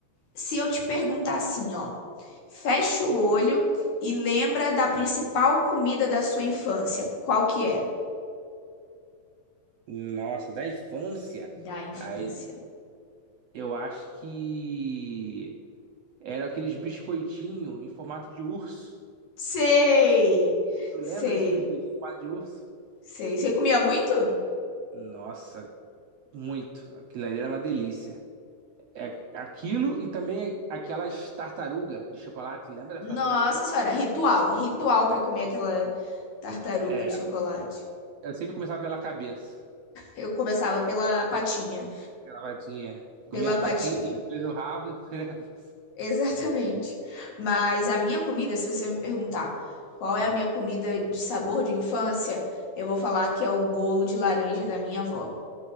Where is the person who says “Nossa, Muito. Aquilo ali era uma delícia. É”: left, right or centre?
Right